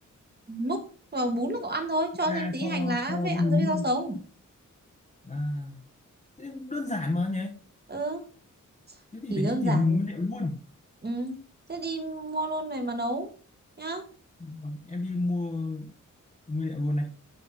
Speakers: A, on the right (about 30°); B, on the left (about 20°).
A: múc vào bún là cậu ăn thôi cho
B: ra
A: thêm tí
B: cho
A: hành lá
B: cho vào
A: với
B: bữa
A: ăn
B: đún
A: với rau
B: luôn
A: sống
B: à thế thì cũng đơn giản mà nhỉ
A: ừ
B: thế thì
A: thì
B: phải
A: đơn
B: đi tìm
A: giản
B: nguyên liệu luôn
A: ừ thế đi mua luôn về mà nấu nhá
B: Vâng, em đi mua nguyên liệu luôn đây.